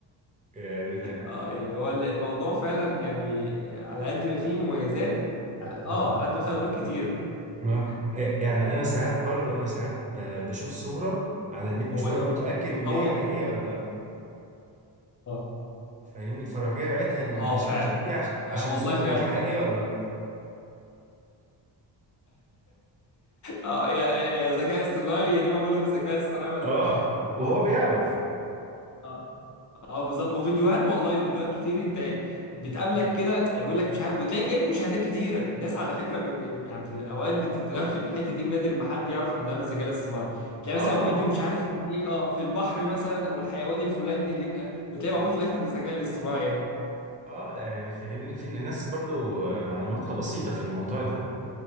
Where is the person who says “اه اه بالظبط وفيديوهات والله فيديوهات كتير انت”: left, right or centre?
Left